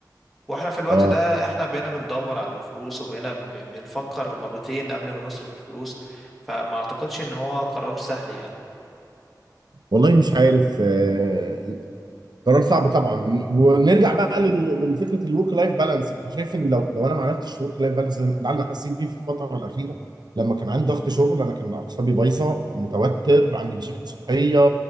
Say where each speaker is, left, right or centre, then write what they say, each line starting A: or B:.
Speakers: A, in the centre; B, on the right.
A: واحنا في الوقت
B: اه
A: ده احنا بقينا بندور على الفلوس وبقينا ب- بنفكر مرتين قبل ما نصرف الفلوس فما اعتقدش ان هو قرار سهل يعني
B: والله مش عارف آه، قرار صعب طبعا ونرجع بقى لل- للفكره الورك لايف بالانس انت شايف ان لو لو انا ما عملتش ورك لايف بالانس ده اللي انا حسيت بيه في الفتره الاخيره لما كان عندي ضغط شغل انا كان اعصابي بايظه متوتر عندي
A: مم.
B: مشاكل صحيه